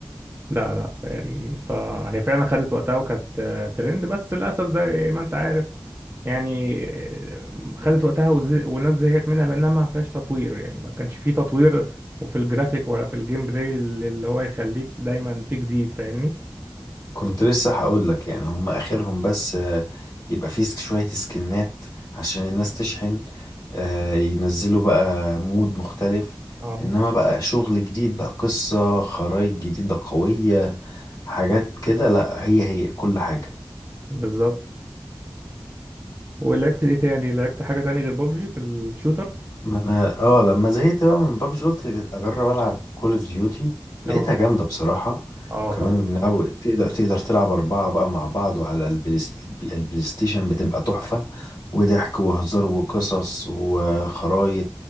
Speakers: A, on the right; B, on the left.
A: لا لا يعني فهي فعلا خدت وقتها وكانت آه، ترند بس للأسف زي ما أنت عارف يعني آه، خدت وقتها وز- والناس زهقت منها لأنها ما فيهاش تطوير يعني ما كانش فيه تطوير وفي الجرافيك ولا في الجيم بلاي اللي اللي هو يخليك دايما في جديد فاهمني
B: كنت لسه هقول لك يعني هم اخرهم بس آه، يبقى فيه سك- شوية سكنات عشان الناس تشحن آه، ينزلوا بقى مود مختلف
A: اه
B: انما بقى شغل جديد بقى قصة خرايط جديدة قوية حاجات كده لا هي هي كل حاجة
A: بالظبط ولعبت ايه تاني لعبت حاجة تاني غير بابجي في الشوتر
B: ما انا اه لما زهقت بقى من بابجي قلت اجرب العب كول اوف ديوتي لقيتها
A: اه
B: جامده بصراحه
A: اه
B: كمان
A: طبعا
B: بنلعب تقدر تقدر تلعب اربعه بقى مع بعض وعلى البلاي البلاي ستيشن بتبقى تحفه وضحك وهزار وقصص وخرايط